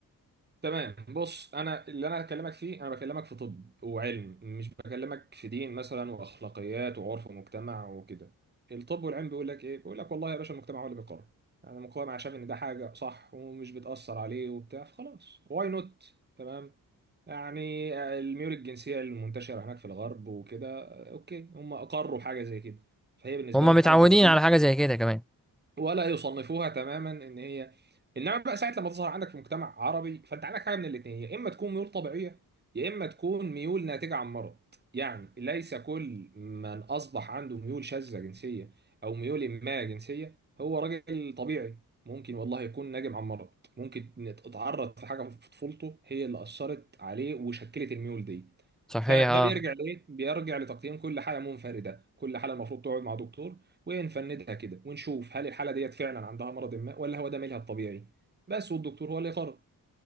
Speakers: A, on the right; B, in the centre.
A: تمام بص انا اللي انا هكلمك فيه انا بكلمك في طب وعلم مش بكلمك في دين مثلا واخلاقيات وعرف ومجتمع وكده الطب والعلم بيقول لك ايه بيقول لك والله يا باشا المجتمع هو اللي بيقرر انا مجتمع شايف ان ده حاجه صح ومش بتاثر عليه وبتاع فخلاص واي نوت تمام يعني الميول الجنسيه المنتشره هناك في الغرب وكده آه، اوكي هم اقروا حاجه زي كده فهي بالنسبه
B: هما
A: لهم
B: متعودين
A: حاجه طبيعيه
B: على حاجة زي كده كمان
A: ولا يصنفوها تماما ان هي انما بقى ساعه لما تظهر عندك في مجتمع عربي فانت عندك حاجه من الاثنين يا اما تكون ميول طبيعيه يا اما تكون ميول ناتجه عن مرض يعني ليس كل من اصبح عنده ميول شاذه جنسيه او ميول ما جنسيه هو راجل طبيعي ممكن والله يكون ناجم عن مرض ممكن إن اتعرض في حاجه في طفولته هي اللي اثرت عليه وشكلت الميول دي
B: صحيح
A: فده
B: اه
A: بيرجع لايه؟ بيرجع لتقييم كل حاله منفرده، كل حاله المفروض تقعد مع دكتور ونفندها كده ونشوف هل الحاله ديت فعلا عندها مرض ما ولا هو ده ميلها الطبيعي بس والدكتور هو اللي يقرر